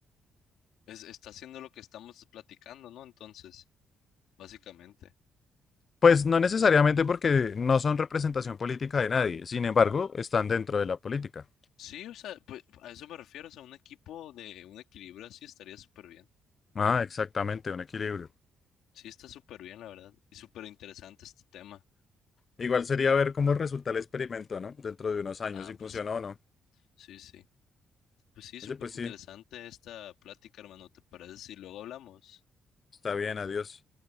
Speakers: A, on the left (about 80°); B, on the left (about 40°).
A: es- está haciendo lo que estamos platicando, ¿no? Entonces, básicamente.
B: Pues no necesariamente porque no son representación política de nadie, sin embargo, están dentro de la política.
A: Sí, o sea, pues a eso me refiero, o sea, un equipo de un equilibrio así estaría súper bien.
B: Ah, exactamente, un equilibrio.
A: Sí, está súper bien, la verdad. Y súper interesante este tema.
B: Igual sería ver cómo resulta el experimento, ¿no? Dentro de unos años,
A: Ah,
B: si funciona
A: pues sí,
B: o no.
A: sí, sí. Pues sí, súper
B: Oye, pues
A: interesante
B: sí,
A: esta plática, hermano. ¿Te parece si luego hablamos?
B: está bien, adiós.